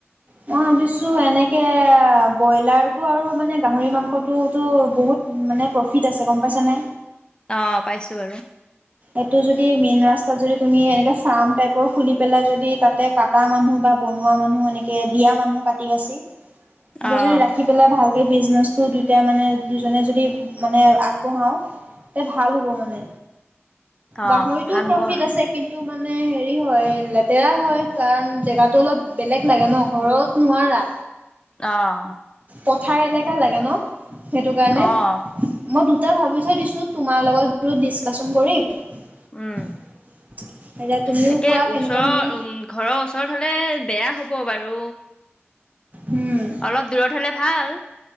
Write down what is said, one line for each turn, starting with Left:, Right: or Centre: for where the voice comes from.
Right: মই ভাবিছো এনেকে বইলাৰতটো আৰু মানে গাহৰি মাংসটোতো বহুত। মানে প্ৰফিট আছে গম পাইছানে?
Left: অ, পাইছো বাৰু।
Right: এইটো যদি মেইন ৰাস্তাত যদি তুমি এনেকে ফাৰ্ম টাইপৰ খুলি পেলাই যদি তাতে কটা মানুহ বা বনোৱা মানুহ এনেকে দিয়া মানুহ কাটি বাছি এনে
Left: অ'
Right: যদি ৰাখি পেলাই ভাল। সেই বিজনেছতো দুয়টাই মানে দুজনে যদি মানে আগবঢ়াওঁ। এ ভাল হ'ব মানে
Left: অ'
Right: গাহৰিতটো
Left: ভাল
Right: প্ৰফিিত
Left: হ'ব বাৰু
Right: আছে কিন্তু মানে হেৰি। হেৰি হয় লেতেৰা হয়, কাৰণ জেগাতো অলপ বেলেগ লাগে ন ঘৰত নোৱাৰা।
Left: অহ'।
Right: পথাৰ এনেকোৱা লাগে ন সেইটো কাৰণে,
Left: অ'
Right: মই। এয়া ভাবি থৈ দিছো তোমাৰ লগত বুলো ডীছকাছন কৰিম। আাইতা
Left: উম
Right: তুমিওঁ
Left: তাকে
Right: কোৱা
Left: ওচৰৰ
Right: কেনেকুৱা শুনো।
Left: উম ঘৰৰ ওচৰত বেয়া হ'ব বাৰু,
Right: উম
Left: অলপ দূৰত হলে ভাল।